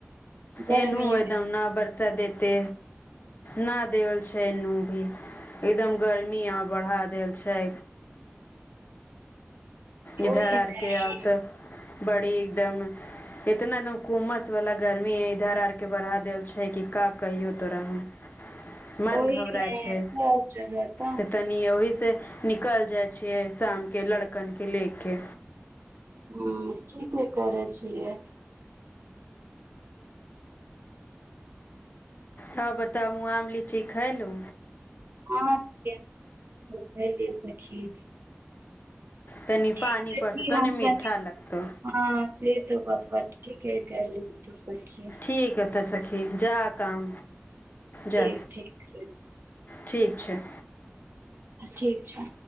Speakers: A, on the right (about 55°); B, on the left (about 45°).
A: गर्मी
B: एनहूँ एकदम न बरसा देते ना देवल छै एनू भी एकदम गर्मी आ बढ़ा देल छै
A: ओहिमे
B: इधर आरके आब तऽ बड़ी एकदम इतना एकदम घुमस वाला गर्मी है इधर आर के बढ़ा देल छै की का कहियौ तोरा हम मन
A: ओहिमे
B: घबराय छै
A: सब जगह तंग
B: त तनि ओहि से निकल जाइ छियै शाम के ल- लेके
A: हँ ठीके करै छियै
B: हँ बताबूं आम लीची खेलू
A: अहाँ सबके <unintelligible>
B: तनि
A: ठीक
B: पानि
A: सखी
B: पड़तौ त
A: हम
B: न मीठा
A: कनि
B: लगतौ
A: हँ से तऽ बतबा ठीके कहलियै सखी
B: ठीक ह तऽ सखी जा काम
A: ठीक
B: जा
A: ठीक छै
B: ठीक छै
A: ठीक छै